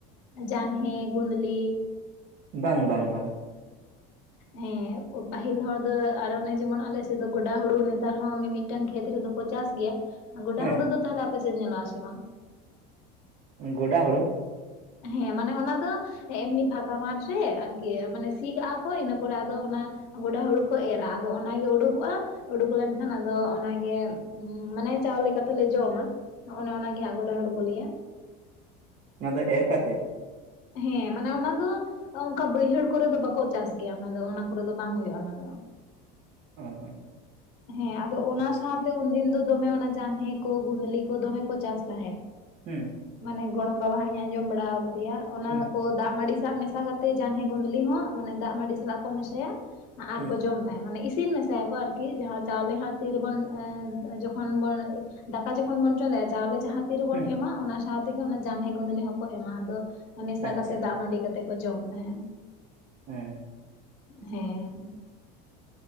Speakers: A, on the left; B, on the right.
A: ᱡᱟᱱᱦᱮ ᱜᱩᱸᱫᱞᱤ
B: ᱵᱟᱝ ᱵᱟᱝ ᱵᱟᱝ
A: ᱦᱮᱸ ᱯᱟᱹᱦᱤᱞ ᱦᱚᱲ ᱫᱚ ᱟᱨ ᱚᱱᱮ ᱡᱮᱢᱚᱱ ᱟᱞᱮᱥᱮᱫ ᱫᱚ ᱜᱚᱰᱟ ᱦᱩᱲᱩ ᱱᱮᱛᱟᱨ ᱦᱚᱸ ᱢᱤᱢᱤᱫ ᱢᱤᱫᱴᱟᱝ ᱠᱷᱮᱛ ᱨᱮᱫᱚ ᱠᱚ ᱪᱟᱥ ᱜᱮᱭᱟ ᱜᱚᱰᱟ
B: ᱦᱮᱸ
A: ᱦᱩᱲᱩ ᱫᱚ ᱛᱟᱦᱚᱞᱮ ᱟᱯᱮᱥᱮᱫ ᱧᱮᱞᱚᱜ-ᱟ ᱥᱮ ᱵᱟᱝ
B: ᱜᱚᱰᱟ ᱦᱳᱲᱳ
A: ᱦᱮᱸ ᱢᱟᱱᱮ ᱚᱱᱟ ᱫᱚ ᱮᱢᱱᱤ ᱯᱷᱟᱸᱠᱟ ᱢᱟᱴᱷ ᱨᱮ ᱟᱨᱠᱤ ᱢᱟᱱᱮ ᱥᱤ ᱠᱟᱜᱼᱟ ᱠᱚ ᱤᱱᱟᱹ ᱯᱚᱨᱮ ᱟᱫᱚ ᱚᱱᱟ ᱜᱚᱰᱟ ᱦᱩᱲᱩ ᱠᱚ ᱮᱨᱟ ᱟᱫᱚ ᱚᱱᱟᱜᱮ ᱩᱰᱩᱠᱚᱜᱼᱟ ᱩᱰᱩᱠ ᱞᱮᱱᱠᱷᱟᱱ ᱟᱫᱚ ᱚᱱᱟᱜᱮ ᱢᱟᱱᱮ ᱪᱟᱣᱞᱮ ᱠᱟᱛᱮᱞᱮ ᱡᱚᱢᱟ ᱚᱱᱮ ᱚᱱᱟᱜᱮ ᱦᱟᱸᱜ ᱜᱚᱰᱟ ᱦᱩᱲᱩ ᱠᱚ ᱞᱮᱭᱟ
B: ᱚᱱᱟ ᱫᱚ ᱮᱨ ᱠᱟᱛᱮᱫ
A: ᱦᱮᱸ ᱢᱟᱱᱮ ᱚᱱᱟ ᱫᱚ ᱚᱝᱠᱟ ᱵᱟᱹᱭᱦᱟᱹᱲ ᱠᱚᱨᱮ ᱫᱚ ᱵᱟᱠᱚ ᱪᱟᱥ ᱜᱮᱭᱟ ᱚᱱᱟ ᱫᱚ ᱚᱱᱟ ᱠᱚᱨᱮ ᱫᱚ ᱵᱟᱝ ᱦᱩᱭᱩᱜᱼᱟ ᱚᱱᱟ ᱫᱚ
B: ᱚ <inaudible>
A: ᱦᱮᱸ ᱟᱫᱚ ᱚᱱᱟ
B: ᱟᱪᱪᱷᱟ
A: ᱥᱟᱶᱛᱮ ᱩᱱᱫᱤᱱ ᱫᱚ ᱫᱚᱢᱮ ᱚᱱᱟ ᱡᱟᱱᱦᱮ ᱠᱚ ᱜᱩᱫᱽᱞᱤ ᱠᱚ ᱫᱚᱢᱮ ᱠᱚ ᱪᱟᱥ ᱛᱟᱦᱮᱸᱫ
B: ᱦᱩᱸ
A: ᱢᱟᱱᱮ ᱜᱚᱲᱚᱢ ᱵᱟᱵᱟ ᱦᱟᱸᱜ ᱤᱧ ᱟᱸᱡᱚᱢ ᱵᱟᱲᱟ ᱟᱠᱟᱫᱮᱭᱟ ᱚᱱᱟ
B: ᱦᱩᱸ
A: ᱠᱚ ᱫᱟᱜ ᱢᱟᱹᱰᱤ ᱥᱟ ᱢᱮᱥᱟ ᱠᱟᱛᱮᱫ ᱛᱮ ᱡᱟᱱᱦᱮ ᱜᱩᱸᱫᱽᱞᱤ ᱦᱚᱸ ᱢᱟᱱᱮ ᱫᱟᱜ ᱢᱟᱹᱰᱤ ᱥᱟᱞᱟᱜ ᱠᱚ ᱢᱮᱥᱟᱭᱟ ᱟᱨ
B: ᱦᱩᱸ
A: ᱠᱚ ᱡᱚᱢ ᱛᱟᱭᱟ ᱢᱟᱱᱮ ᱤᱥᱤᱱ ᱢᱮᱥᱟᱭᱟᱠᱚ ᱟᱨ ᱠᱤ ᱡᱟᱦᱟᱸ ᱪᱟᱣᱞᱮ ᱦᱟᱸᱜ ᱛᱤᱨᱮᱵᱚᱱ ᱡᱚᱠᱷᱚᱱ ᱵᱚᱱ ᱫᱟᱠᱟ ᱡᱚᱠᱷᱚᱱ ᱵᱚᱱ ᱪᱚᱸᱫᱟᱭ ᱪᱟᱣᱞᱮ ᱡᱟᱦᱟ ᱛᱤ ᱨᱮᱵᱚᱱ
B: ᱦᱩᱸ
A: ᱮᱢᱟ ᱚᱱᱟ ᱥᱟᱶᱛᱮᱜᱮ ᱚᱱᱟ ᱡᱟᱱᱦᱮ ᱜᱩᱫᱽᱞᱤ ᱦᱚᱸᱠᱚ ᱮᱢᱟ ᱟᱫᱚ ᱢᱮᱥᱟ
B: ᱟᱪᱪᱷᱟ
A: ᱠᱟᱛᱮ ᱫᱟᱜ ᱢᱟᱹᱰᱤ ᱠᱟᱛᱮ ᱠᱚ ᱡᱚᱢ ᱛᱟᱦᱮᱱ
B: ᱦᱮᱸ
A: ᱦᱮᱸ